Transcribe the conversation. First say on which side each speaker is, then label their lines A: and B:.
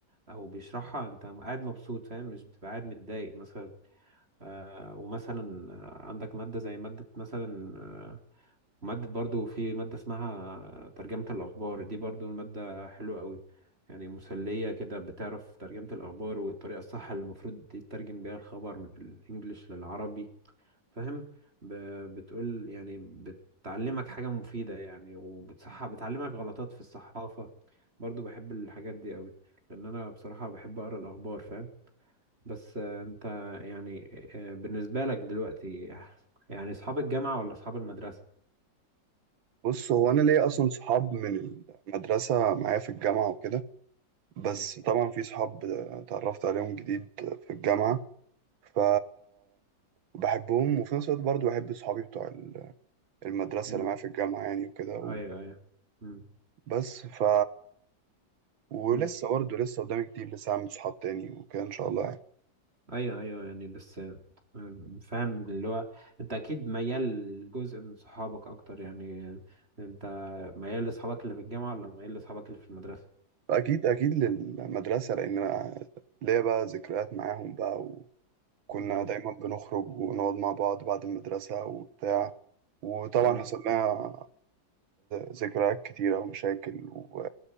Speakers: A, on the right; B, on the right.
A: او بيشرحها انت قاعد مبسوط فاهم مش بتبقى قاعد متضايق مثلا آه ومثلا عندك مادة زي مادة مثلا آه، مادة برضو في مادة اسمها ترجمة الأخبار دي برضو المادة حلوة قوي يعني مسلية كده بتعرف ترجمة الأخبار والطريقة الصح اللي المفروض تترجم بيها الخبر من الإنجليش للعربي فاهم ب- بتقول يعني بتعلمك حاجة مفيدة يعني وبتصح بتعلمك غلطات في الصحافة برضو بحب الحاجات دي قوي لأن أنا بصراحة بحب أقرأ الأخبار فاهم بس آه، أنت يعني آه، بالنسبة لك دلوقتي يعني أصحاب الجامعة ولا أصحاب المدرسة؟
B: بص هو أنا ليا أصلا صحاب من المدرسة معايا في الجامعة وكده بس
A: امم
B: طبعا في صحاب اتعرفت عليهم جديد في الجامعة ف بحبهم وفي نفس الوقت برضه بحب صحابي بتوع المدرسة
A: مم.
B: اللي معايا في الجامعة يعني وكده
A: ايوه ايوه مم.
B: بس ف ولسه
A: مم.
B: برضه لسه قدامي كتير لسه هعمل صحاب تاني وكده ان شاء الله يعني
A: ايوه ايوه يعني بس آه، فاهم اللي هو انت اكيد ميال لجزء من صحابك اكتر يعني انت ميال لاصحابك اللي في الجامعه ولا ميال لاصحابك اللي في المدرسه
B: اكيد اكيد للمدرسه لان انا ليا بقى ذكريات معاهم بقى وكنا
A: ايوه
B: دايما بنخرج ونقعد مع بعض بعد المدرسه وبتاع وطبعا
A: آه،
B: حصل لنا ذكريات كتيره ومشاكل و...